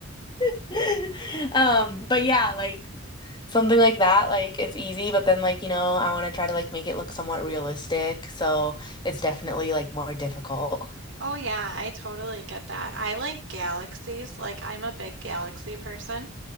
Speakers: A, on the left; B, on the right.
A: <laughs> Um, but yeah, like something like that, like it's easy, but then like you know, I want to try to like make it look somewhat realistic, so it's definitely like more difficult.
B: Oh, yeah, I totally get that. I like galaxies. Like, I'm a big galaxy person.